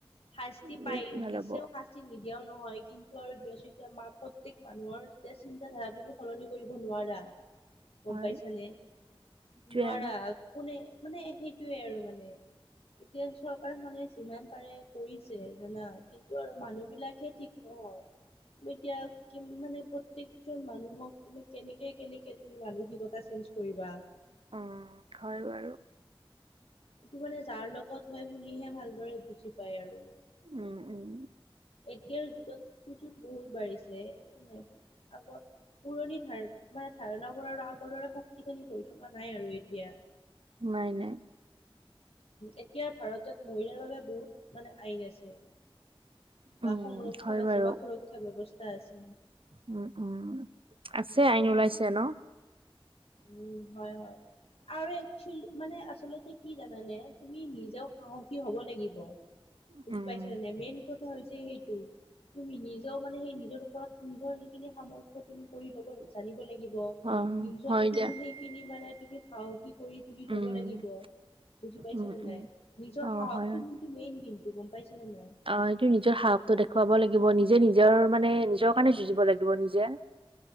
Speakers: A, on the left; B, on the right.
A: শাস্তি
B: উম
A: পায়েই।
B: ভাল
A: দিছেও
B: হ'ব
A: শাস্তি নিদিয়াও নহয় কিন্তু। আৰু দি আছো এতিয়া মা প্ৰতক মানুহৰ এতিয়া চিন্ত ধাৰা তুমি সলনি কৰিব নোৱাৰা গম
B: হয়
A: পাইছানে
B: সেইটোৱে
A: নোৱাৰা
B: আৰু
A: কোনে মানে, সেইটোয়ে আৰু মানে, এতিয়া চৰকাৰ মানে যিমান একেবাৰে কৰিছে জানা কিন্তু আৰু মানুহ বিলাকে ঠিক নহয় এতিয়া কি মানে, প্ৰত্যেকজন মানুহক তুমি কেনেকে কেনেকে তুমি মানসিকতা কৰিবা
B: অ', হয় বাৰু
A: এইটো মানে, যাৰ লগত হয় শুনিহে ভালদৰে বুজি পায় আৰু
B: উম উম
A: এতিয়াৰ যুগতু বহুত বাঢ়িছে আগৰ পুৰণি ধাৰ মানে, ধাৰণাবোৰ আৰু আগৰ দৰে শক্তিশালী হৈ থকা নাই আৰু এতিয়া
B: নাই, নাই,
A: এতিয়া, ভাৰতত মহিলাৰ বাবে বহুত মানে, আইন আছে বা
B: উম
A: সংৰক্ষণ
B: হয়
A: আছে
B: বাৰু
A: বা সুৰক্ষা ব্যৱস্থা আছে
B: উম, উম, আছে আইন
A: উম
B: ওলাইছে ন-
A: উম, হয়, হয়, আৰু একচ মানে আচলতে কি জানানে তুমি নিজেও সাহসী হব লাগিব বুজি
B: উম,
A: পাইছো জানে মেইন কথা হৈছে সেইটো তুমি নিজেও মানে, সেই নিজৰ ওপৰত নিজৰ সেইখিনি সামৰ্থয় তুমি কৰি ল'ব জানিব লাগিব
B: অ',
A: নিজ
B: হয়
A: তুমি
B: দিয়া।
A: সেইখিনি মানে, তুমিাহসিক কৰি তুলি ল'ব
B: উম,
A: লাগিব বুজি পাইছ
B: উম,
A: নে
B: উম।
A: নাই নিজৰ
B: অ',
A: সাহসটো
B: হয়, হয়।
A: কিন্তু মেইন কিন্তু গম পাইছানে নাই
B: অ', ইটো নিজৰ সাহসটো দেখুৱাব লাগিব নিজে নিজৰ মানে নিজৰ কাৰণে
A: অ
B: যুঁজিব
A: অ
B: লাগিব নিজে